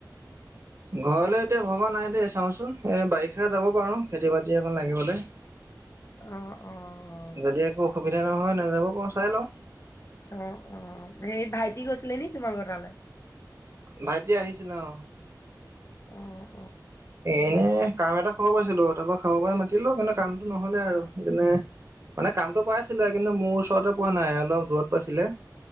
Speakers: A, on the right (about 40°); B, on the left (about 40°).
A: ঘৰলৈ এতিয়া ভবা নাই দেই চাওচোন এ বাৰিষা যাব পাৰো খেতি বাতি অকণ লাগিবলৈ
B: <inaudible> অ অ
A: যদি একো অসুবিধা নহয় নাযাবো পাৰোঁ চাই লওঁ।
B: অহ - অহ হেৰি ভাইটি গৈছিলে নি তোমালোকৰ তালে?
A: ভাইটি আহিছিলে অহ।
B: অহ
A: এনে কাম এটা খবৰ পাইছিলো তাৰপৰা খাবৰ পৰা মাতিলো কিন্তু কামটো নহলে আৰু মানে মানে কামটো পাই আছিলে কিন্তু মোৰ ওচৰতে পোৱা নাই অলপ দূৰত পাইছিলে।